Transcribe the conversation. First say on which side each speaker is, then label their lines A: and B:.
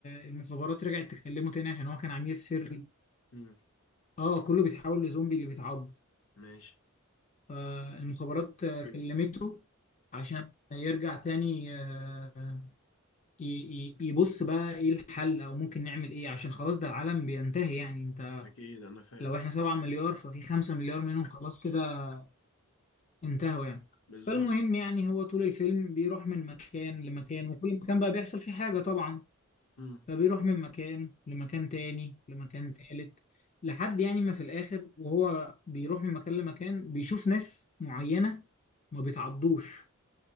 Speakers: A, on the left (about 30°); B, on the left (about 65°).
A: المخابرات رجعت تكلمه تاني عشان هو كان عميل سري
B: مم.
A: اه كله بيتحول لزومبي اللي بيتعض
B: ماشي
A: فالمخابرات آه، كلمته عشان يرجع تاني آه، ي- ي- يبص بقى ايه الحل او ممكن نعمل ايه عشان خلاص ده العالم بينتهي يعني انت
B: اكيد انا فاهم
A: لو احنا 7 مليار ففي 5 مليار منهم خلاص كده انتهوا يعني
B: بالظبط
A: فالمهم يعني هو طول الفيلم بيروح من مكان لمكان وكل مكان بقى بيحصل فيه حاجة طبعا
B: مم.
A: فبيروح من مكان لمكان تاني لمكان تالت لحد يعني ما في الآخر وهو بيروح من مكان لمكان بيشوف ناس معينة ما بيتعضوش